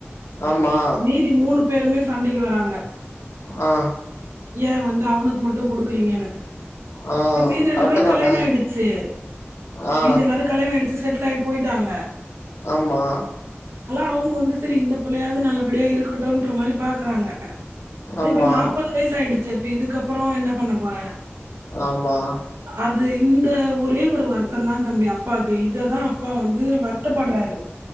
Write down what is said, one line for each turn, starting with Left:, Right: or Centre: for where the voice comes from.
Left: ஆமா
Right: மீதி மூணு பேருமே சண்டைக்கு வராங்க
Left: ஆ
Right: ஏன் வந்து அவனுக்கு மட்டும் குடுத்து குடுக்கிறிங்கனு
Left: ஆ
Right: மீதி ரெண்டு
Left: கரெக்ட்டு
Right: பேருக்கும்
Left: தான
Right: கல்யாணம் ஆயிடுச்சு
Left: ஆ
Right: மீதி எல்லாரும் கல்யாணம் ஆயிடுச்சு செட்டில் ஆயி போய்ட்டாங்க
Left: ஆமா
Right: அவங்க வந்து சேரி இந்த புள்ளயாது நல்ல அப்டியே இருக்கட்டும்ன்ற்ற மாரி பாக் கூப்றாங்க
Left: ஆமா
Right: இப்ப நாப்பது வயசு ஆயிடுச்சு இ இதுக்கப்பறோம் என்ன பண்ண போற
Left: ஆமா
Right: அது இந்த ஒரே ஒரு வார்த் அது தான் தம்பி அப்பாக இததான் அப்பா வந்து வருத்தப்படுறாரு